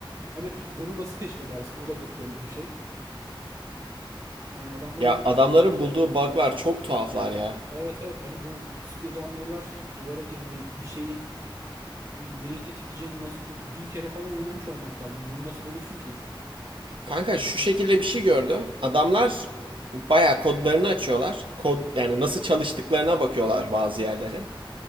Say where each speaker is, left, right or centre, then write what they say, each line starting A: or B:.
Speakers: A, on the right; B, on the right.
A: Hani bunu nasıl keşfedersin? O da çok garip bir şey. Yani adamlar
B: Ya
A: yapmış
B: adamların
A: abi.
B: bulduğu bug'lar çok tuhaflar ya.
A: Evet evet hani bu speedrunner'lar duvara girmeyi, bir şeyin neyi tetikleyeceğini nasıl bin kere falan oynamış olmak lazım. Bunu nasıl bulursun ki?
B: Kanka şu şekilde bir şey gördüm. Adamlar bayağı kodlarını açıyorlar. Kod yani nasıl çalıştıklarına bakıyorlar bazı yerlere.